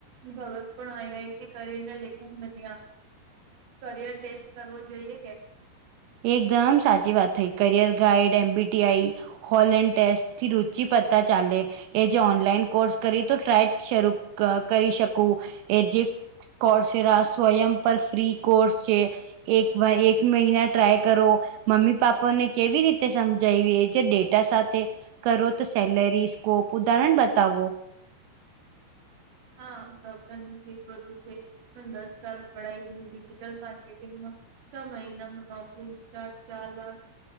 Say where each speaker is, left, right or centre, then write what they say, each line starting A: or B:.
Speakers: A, on the right (about 45°); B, on the right (about 85°).
A: ભગતપ આઈ આઈટી કરીને લેખન બન્યા. કરિયર ટેસ્ટ કરવો જોઈએ કે.
B: એકદમ સાચી વાત થઈ કરિયર ગાઈડ એમબીટીઆઈ. હોલેન્ડ ટેસ્ટથી રુચિ પતા ચાલે. એ જે ઓનલાઈન કોર્સ કરી તો ટ્રાય શરૂ ક કરી શકું એ જે. કોર્સેરા સ્વયં પર ફ્રી કોર્સ છે એક એક મહિના. ટ્રાય કરો મમ્મી પાપાને કેવી રીતે સમજાવી છે ડેટા સાથે. કરો તો સેલરી સ્કોપ ઉદાહરણ બતાવો.
A: હા ડૉક્ટર ની ફીસ વધુ છે. પણ દસ સાલ પડાય અને ડિજિટલ માર્કેટિંગમાં. છ મહિનામાં નોકરી સ્ટાર્ટ ચાલ લ.